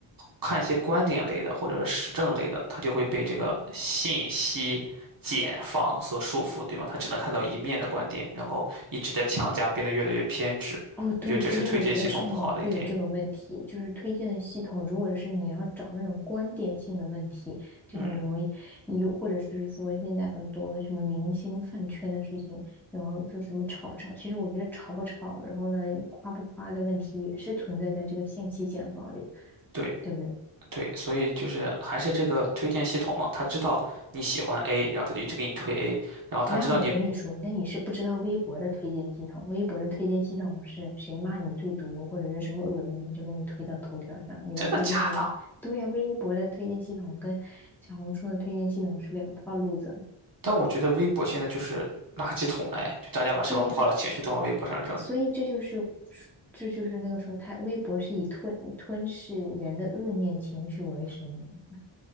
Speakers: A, on the right; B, in the centre.
A: 看一些观点类的或者是实证类的，他就会被这个信息茧房所束缚，对吗？他只能看到一面的观点，然后一直在强加，变得越来越偏执。
B: 哦，对，
A: 我觉得这是推荐系统不好的一点。
B: 其实我觉得上网会有这个问题，就是推荐的系统，如果是你要找那种观点性的问题，就很容易
A: 嗯，
B: 有，或者是说现在很多的什么明星饭圈的事情，然后就什么吵不吵，其实我觉得吵不吵，然后呢夸不夸的问题也是存在在这个信息茧房里，
A: 对。
B: 对不对？
A: 对，所以就是还是这个推荐系统嘛，他知道你喜欢 A，然后他就一直给你推 A，然后他知道你
B: 那我跟你说，那你是不知道微博的推荐系统，微博的推荐系统是谁骂你最多或者是什么恶心，就给你推到头条上，你的黑料会给。
A: 真的假的。
B: 对呀、微博的推荐系统跟小红书的推荐系统是两套路子。
A: 但我觉得微博现在就是垃圾桶，哎，就大家把什么不好的情绪都往微博上扔，
B: 对呀、所以这就是这就是那个说他微博是以吞吞噬人的恶念情绪为生的，